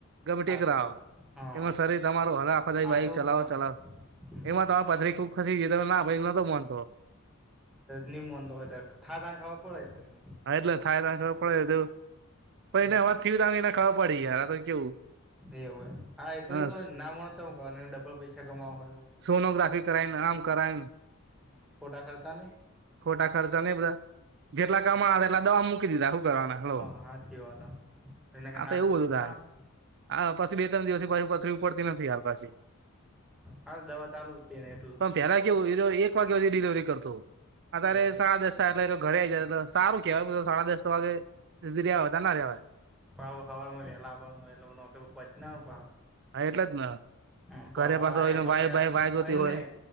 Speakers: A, on the right; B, in the centre.
A: ગમે
B: સાચી
A: ટેકરા આવે
B: વાત
A: હ.
B: હા
A: એમાં સરરી તમારું હરાખો
B: સાચવું
A: બાઈક ચલાવો
B: જ પડે
A: ચલાવો.
B: ને હમ
A: એમાં તો આ પથરી ખુબ ખસી ગઈ તો ના ભાઈ નતો મોનતો.
B: ની મોનતો હોય તો થા ત્યારે ખબર પડે એતો.
A: હા, એટલે થાય તને ખબર પડે પણ
B: હમ
A: એને હવા થયું ત એને ખબર પડી યાર તો કેવું.
B: એવું એમ હા એ તો
A: હ
B: એ હોય, ના મળતા હું ડબલ પૈસા કમાવો હોય.
A: સોનોગ્રાફી કરાવી આમ કરાયન.
B: હમ્મ, ખોટા ખર્ચોને
A: ખોટા ખર્ચા નહી બધા જેટલા કમાયા એટલા દવા મૂકી દીધા હુ કરવાના
B: હા ચી વાત. એના કરતા
A: તો એવું
B: <unintelligible>
A: બધું
B: ત ણી
A: થાય
B: હારું.
A: આ પછી બે-ત્રણ દિવસની પાછી પથરી ઉપડતી નથી હાલ પાછી
B: હાલ દવા ચાલુ છે ને એટલે
A: પહેલા કેવું એરો એક વાગ્યા સુધી ડિલિવરી કરતો. અત્યારે
B: એવુ.
A: સાડા એટલે ઘરે આવી જાય એટલે સારું કેવાય સાડા દસ વાગે સુધી રહેતા વધાર ના રેવાય
B: ના, હવે સવારના નોકરીએ આવવાનું <unintelligible> <unintelligible>
A: હા, એટલે જ ને.
B: હા, તો
A: ઘરે
B: સવારે
A: પાછો એને
B: એ બાકી
A: વાય બાય વાય જોતી
B: એમને
A: હોય